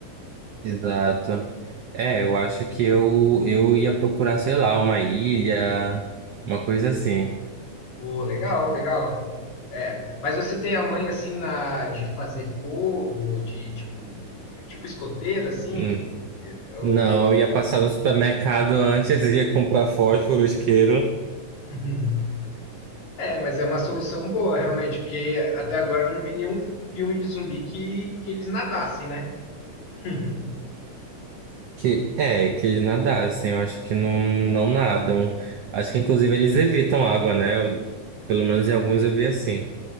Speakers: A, on the right (about 80°); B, on the left (about 75°).
A: exato. É, eu acho que eu, eu ia procurar, sei lá, uma ilha, uma coisa assim.
B: Pô, legal, legal. É, mas você tem a mãe assim na de fazer fogo, de tipo tipo escoteiro assim,
A: Hum.
B: ou...
A: Não, eu ia passar no supermercado <laughs> antes, ia comprar fósforo, isqueiro,
B: <laughs> É, mas é uma solução boa, realmente, porque até agora eu não vi nenhum filme de zumbi que, que eles nadassem, né? <laughs>
A: que é, que eles nadassem, eu acho que não, não nadam. Acho que inclusive eles evitam água, né? Eu- pelo menos em alguns eu vi assim.